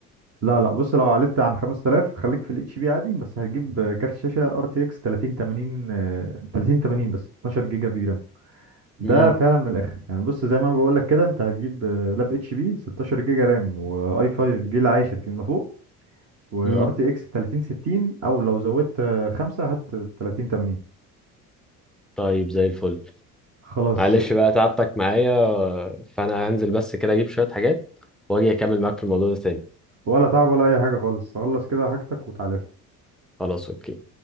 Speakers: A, on the right (about 30°); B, in the centre.
A: لا لا بص لو عليت عن 5000 خليك في الاتش بي عادي بس هتجيب كارت شاشه ار تي اكس 3080 آه، 3080 بس 12 جيجا في رام ده
B: امم
A: فعلا من الاخر يعني بص زي ما بقول لك كده انت هتجيب آه، لاب اتش بي 16 جيجا رام واي 5 جيل عاشر فيما فوق وار
B: امم
A: تي اكس 3060 او لو زودت آه، خمسة هات 3080
B: طيب زي الفل
A: خلاص
B: معلش بقى تعبتك معايا فانا هنزل بس كده اجيب شوية حاجات واجي اكمل معاك في الموضوع ده تاني
A: ولا تعب ولا اي حاجه خالص خلص كده حاجتك وتعالى
B: خلاص اوكي